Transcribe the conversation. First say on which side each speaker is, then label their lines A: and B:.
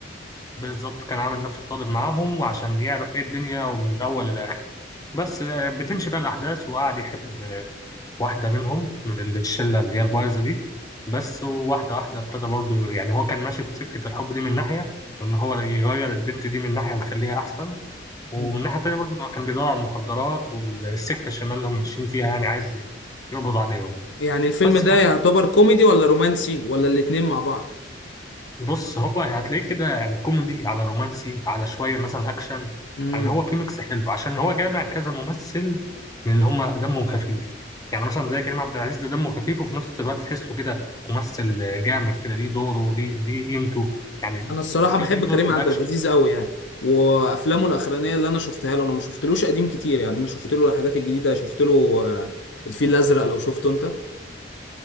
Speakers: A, on the left (about 20°); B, on the left (about 80°).
A: بالظبط كان عامل نفسه طالب معاهم وعشان يعرف ايه الدنيا ومن الأول للآخر بس آه، بتمشي بقى الأحداث وقعد يحب آه، واحدة منهم من الشلة اللي هي البايظة دي بس واحدة واحدة ابتدى برضه يعني هو كان ماشي في سكة الحب دي من ناحية وإن هو يغير البنت دي من ناحية ويخليها أحسن ومن
B: مم.
A: الناحية التانية برضه لما كان بيدور على المخدرات والسكة الشمال اللي هم ماشيين فيها يعني عايز ي- يقبض عليهم
B: يعني الفيلم
A: بس
B: ده
A: ف-
B: يعتبر كوميدي ولا رومانسي ولا الاتنين مع بعض
A: بص هو هتلاقيه كده يعني كوميدي على رومانسي على شوية مثلا أكشن
B: مم.
A: يعني هو في ميكس حلو عشان هو جامع كذا ممثل من اللي هم دمهم خفيف يعني مثلا زي كريم عبد العزيز ده دمه خفيف وفي نفس الوقت تحسه كده ممثل جامد كده ليه دوره ليه ليه قيمته يعني
B: انا الصراحه
A: ليه
B: بحب كريم
A: دور في الأكشن
B: عبد العزيز قوي يعني وافلامه الاخرانيه اللي انا شفتها له انا ما شفتلوش قديم كتير يعني انا شفت له الحاجات الجديده شفت له آه، الفيل الازرق لو شفته انت